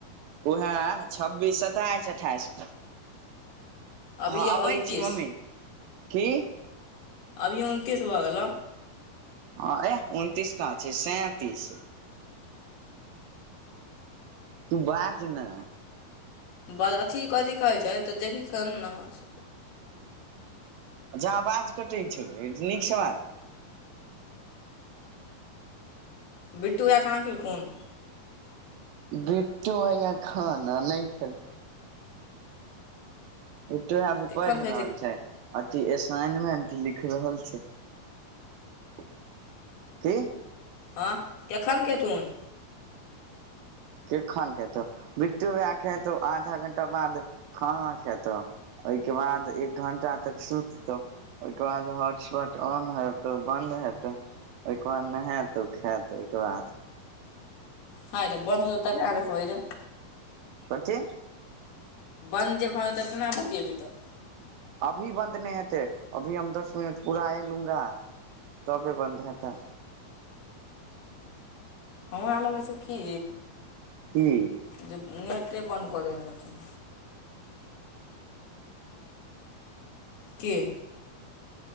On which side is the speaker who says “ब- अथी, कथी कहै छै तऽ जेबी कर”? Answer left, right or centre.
Left